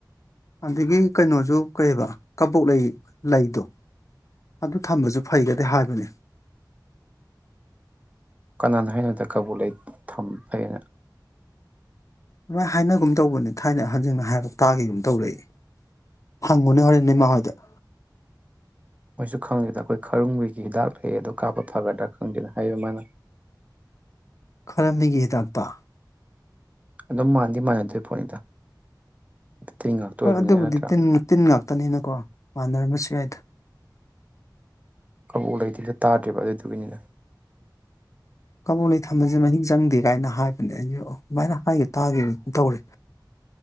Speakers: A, on the left; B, on the right.
A: ꯑꯗꯒꯤ ꯀꯩꯅꯣꯁꯨ ꯀꯩꯕ ꯀꯕꯣꯛ ꯂꯩ ꯂꯩꯗꯣ ꯑꯗꯨ ꯊꯝꯕꯁꯨ ꯐꯩꯒꯗꯦ ꯍꯥꯏꯕꯅꯤ꯫
B: ꯀꯅꯥꯅꯣ ꯍꯥꯏꯅꯗ ꯀꯕꯨ ꯂꯩ ꯊꯝ ꯐꯩꯅ?
A: ꯑꯗꯨꯃꯥꯏ ꯍꯥꯏꯅꯒꯨꯝ ꯇꯧꯕꯅꯦ ꯊꯥꯏꯅ ꯍꯟꯖꯁꯤꯡꯅ ꯍꯥꯏꯔꯒ ꯇꯥꯒꯒꯨꯝ ꯇꯧꯔꯛꯏ ꯍꯪꯉꯨꯅꯦ ꯍꯣꯔꯦꯟ ꯅꯃꯥ ꯍꯣꯏꯗ꯫
B: ꯃꯣꯏꯁꯨ ꯈꯪꯗꯦꯗ ꯑꯩꯈꯣꯏ ꯈꯔꯨꯡꯕꯣꯏꯒꯤ ꯍꯤꯗꯥꯛ ꯂꯩ ꯑꯗꯨꯗ ꯀꯥꯞꯄ ꯐꯒꯗ꯭ꯔꯥ ꯈꯪꯗꯦꯅ ꯍꯥꯏꯌ ꯃꯥꯅ꯫
A: ꯈꯔꯝꯕꯤꯒꯤ ꯍꯤꯗꯥꯛꯇꯣ?
B: ꯑꯗꯨꯝ ꯃꯥꯟꯗꯤ ꯃꯥꯟꯅꯗꯣꯏ ꯄꯣꯠꯅꯤꯗ꯫ ꯇꯤꯟ ꯉꯥꯛꯇ
A: ꯍꯣꯏ
B: ꯑꯣꯏꯕꯅꯤꯅ
A: ꯑꯗꯨꯕꯨꯗꯤ
B: ꯅꯠꯇ꯭ꯔꯥ
A: ꯇꯤꯟ ꯉꯥꯛ ꯇꯅꯤꯅꯀꯣ ꯃꯥꯟꯅꯔꯝꯕꯁꯨ ꯌꯥꯏꯗ ꯫
B: ꯀꯕꯣꯛ ꯂꯩꯗꯤ ꯇꯥꯗ꯭ꯔꯤꯕ ꯑꯗꯨꯗꯨꯒꯤꯅꯤꯗ꯫
A: ꯀꯕꯣꯛ ꯂꯩ ꯊꯝꯕꯁꯦ ꯃꯍꯤꯛ ꯆꯪꯗꯦ ꯀꯥꯏꯅ ꯍꯥꯏꯕꯅꯦ ꯑꯩꯁꯨ ꯑꯗꯨꯃꯥꯏꯅ ꯍꯥꯏꯒꯦ ꯇꯥꯒꯦ ꯑꯗꯨ ꯇꯧꯔꯦ꯫